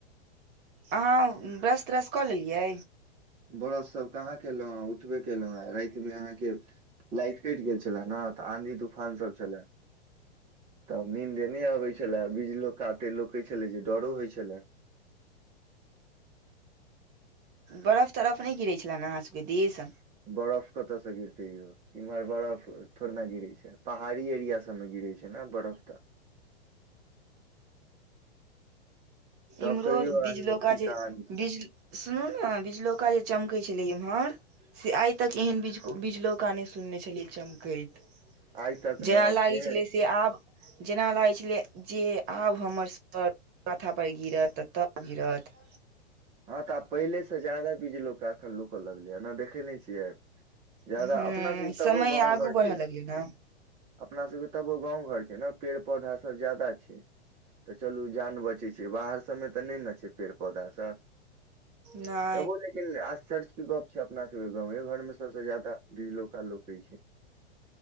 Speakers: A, on the right (about 30°); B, on the right (about 15°).
A: अहाँ ब्रश त्रश कऽ लेलियै
B: ब्रससभ कहाँ कयलहुँँ हँ उठबे कयलहुँ हँ आप राइतमे अहाँकेँ लाइट कैट गेल छलै नऽ तऽ आंधी तूफान सब छलै तब नीन्द नय अबै छलै बिजलोका एते लोकै छलै जे डरो होइ छलै
A: बरफ तरफ नय गिरै छलै नऽ अहाँ सभ केँ दिश
B: बरफ कतऽ सँ गिरतै यौ इम्हर बरफ थोड़े नऽ गिरै छै पहाड़ी एरिया सबमे गिरै छै नऽ बर्फ तऽ तब
A: इम्हरो
B: कहियौ
A: बिजलोका
B: अहीं की
A: जे
B: कहानी सब
A: बिज सुनू नऽ बिचलौका जे चमकैत छलै इम्हर से आइ तक एहनज बिज - बिजलौका नइ सुनने छलियै चमकैत
B: आइ तक
A: जेना
B: ने
A: लागै
B: केहन
A: छलै से आब जेना लागै छलै जे आब हमर सब माथा पर गिरत तऽ तब गिरत
B: हँ तऽ आब पहिलेसँ ज्यादा बीज लोका एखन लुकऽ लगलै अ नऽ देखै नय छियै जादा
A: हूँ
B: अपना सब कऽ तबो
A: समय
B: गाँव
A: आगू
B: घर
A: बढ़ऽ
B: छै
A: लगलै ने
B: अपना सभ केँ तबो गाँव घर छै नऽ पेड़ पौधा सभ जादा छै तऽ चलू जान बचै छै बाहर सभ मे तऽ नय नऽ छै पेड़ पौधा सभ
A: नऽ
B: तबो लेकिन आश्चर्ज केँ गप छै अपना सब केँ गाँवे घर मे सबसे ज्यादा बिजलोका लोकै छै